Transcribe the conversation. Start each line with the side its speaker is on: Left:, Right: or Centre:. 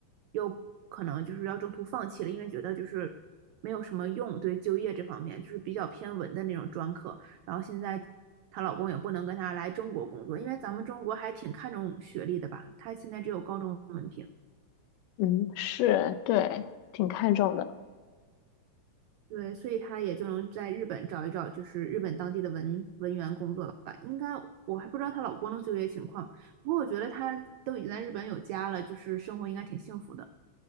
Right: 又可能就是要中途放弃了，因为觉得就是没有什么用，对就业这方面就是比较偏文的那种专科，然后现在。她老公也不能跟她来中国工作，因为咱们中国还挺看重学历的吧？她现在只有高中文凭。
Left: 嗯，是，对，挺看重的。
Right: 对，所以他也就能在日本找一找，就是日本当地的文文员工作了吧。应该我还不知道她老公的就业情况，不过我觉得他都已经在日本有家了，就是生活应该挺幸福的。